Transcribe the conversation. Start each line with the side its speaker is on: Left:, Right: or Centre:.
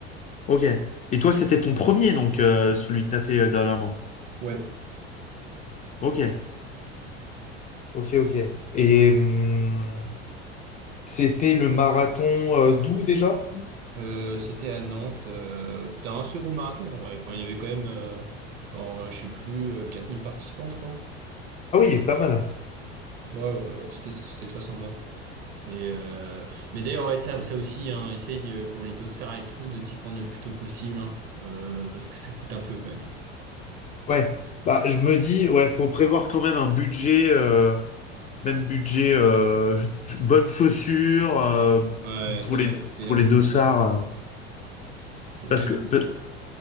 Left: Ok. Et toi, c'était ton premier donc euh, celui que t'as fait euh, dernièrement.
Right: Ouais.
Left: Ok. Ok, ok. Et hum, c'était le marathon euh, d'où déjà?
Right: Euh, c'était à Nantes, euh, c'était un assez gros marathon en vrai. Enfin, il y avait quand même, euh, genre, euh, je sais plus, euh, 4000 participants, je crois.
Left: Ah oui, pas mal.
Right: Ouais, ouais, ouais, c'était, c'était très sympa. Et euh, mais d'ailleurs, ouais, ça, ça aussi, hein, essaye euh, pour les dossards et tout de t'y prendre le plus tôt possible, hein, euh, parce que ça coûte un peu quand même.
Left: Ouais. Bah, je me dis, ouais, faut prévoir quand même un budget, euh, même budget, euh, ch- bonnes chaussures euh,
Right: Ouais,
Left: pour
Right: ça,
Left: les
Right: ça va te coûter.
Left: pour
Right: Hein.
Left: les dossards. euh.
Right: C'est
Left: parce
Right: que...
Left: que, pe-